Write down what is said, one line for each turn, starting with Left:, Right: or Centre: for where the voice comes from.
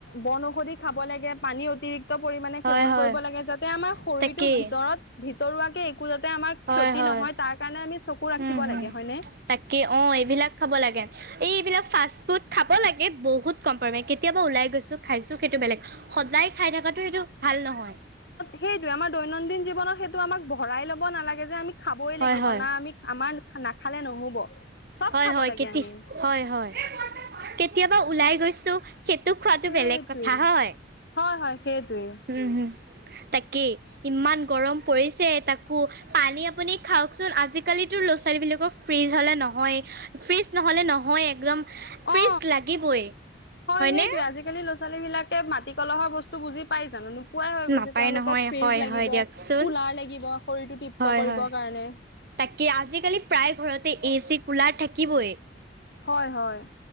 Left: বন ঔষধি খাব লাগে। পানী অতিৰি- ক্ত পৰিমাণে
Right: হয়
Left: সেৱন
Right: হয়
Left: কৰিব লাগে যাতে আমাৰ শৰীৰটোৰ
Right: তাকেই
Left: ভিতৰত ভিতৰুৱাকে একো যাতে আমাৰ ক্ষতি
Right: হয় হয়
Left: নহয় তাৰ কাৰণে আমি চকু ৰাখিব
Right: উম হম
Left: লাগে হয়নে।
Right: তাকে অ' এইবিলাক খাব লাগে। এই এইবিলাক ফাষ্ট ফুড খাব লাগে বহুত কম পৰিমাণে কেতিয়াবা ওলাই গৈছো খাইছো সেইটো বেলেগ। সদায় খাই থকাটো সেইটো ভাল নহয়।
Left: সেইটোয়ে আমাৰ দৈনন্দিন জীৱনত সেইটো আমাক ভৰাই ল'ব নালাগে যে আমি খাবই
Right: হয়
Left: লাগিব।
Right: হয়
Left: না আমি আমাৰ নাখালে নহ'ব চব
Right: হয়,
Left: খাব
Right: হয়,
Left: লাগে
Right: কেতি
Left: আমি
Right: হয় হয় কেতিয়াবা ওলাই গৈছো সেইটো খোৱাটো
Left: সেইটোৱে
Right: বেলেগ কথা হয়।
Left: হয়, হয় সেইটোৱে
Right: উম হোম তাকেই ইমান গৰম পৰিছে তাকো পানী আপুনি খাওকচোন আজিকালিতো ল'ৰা ছোৱালী বিলাকৰ ফ্ৰিজ হলে নহয়েই। ফ্ৰিজ নহ'লে নহয়ে একদম ফ্ৰিজ
Left: অ
Right: লাগিবই,
Left: হয়
Right: হয়নে।
Left: সেইটোৱে আজিকালি ল'ৰা ছোৱালীবিলাকে মাটি কলহৰ বস্তু বুজি পাইজানো। নোপোৱাই হৈ গৈছে
Right: নাপায়
Left: তেওঁলোকক
Right: নহয়
Left: ফ্ৰিজ
Right: হয়
Left: লাগিব,
Right: হয় দিয়কচোন
Left: কুলাৰ লাগিব, শৰীৰটো তৃপ্ত
Right: হয়
Left: কৰিবৰ
Right: হয়।
Left: কাৰণে।
Right: তাকে আজিকালি প্ৰায় ঘৰতে এ চি কুলাৰ থাকিবই।
Left: হয়, হয়!